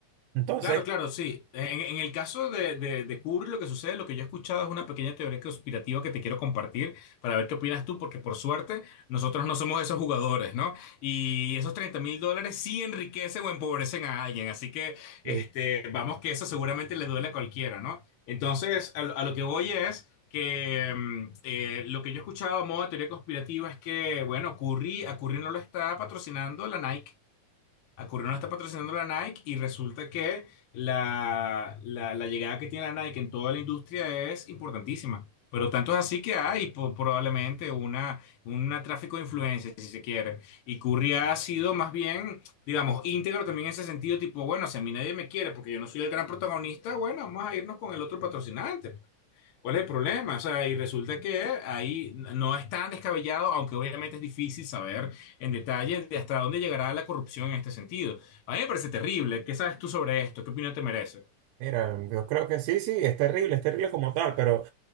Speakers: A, on the right; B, on the left.
A: Entonces...
B: Claro, claro, sí. En, en el caso de, de, de Kubrick, lo que sucede, lo que yo he escuchado es una pequeña teoría conspirativa que te quiero compartir para ver qué opinas tú, porque por suerte nosotros no somos esos jugadores, ¿no? Y esos 30 mil dólares sí enriquecen o empobrecen a alguien, así que este,
A: eh,
B: vamos que eso seguramente le duele a cualquiera, ¿no? Entonces, a, lo a lo que voy es que mm, eh, lo que yo he escuchado a modo de teoría conspirativa es que, bueno, Curry, a Curry no lo está patrocinando la Nike a Curry no la está patrocinando la Nike y resulta que la, la- la llegada que tiene la Nike en toda la industria es importantísima. Pero tanto es así que hay po- probablemente una, un tráfico de influencias, si se quiere. Y Curry ha sido más bien, digamos, íntegro también en ese sentido, tipo, bueno, si a mí nadie me quiere porque yo no soy el gran protagonista, bueno, vamos a irnos con el otro patrocinante. ¿Cuál es el problema? O sea, y resulta que ahí no es tan descabellado, aunque obviamente es difícil saber en detalle de hasta dónde llegará la corrupción en este sentido. A mí me parece terrible. ¿Qué sabes tú sobre esto? ¿Qué opinión te merece?
A: Mira, yo creo que sí, sí, es terrible, es terrible como tal, pero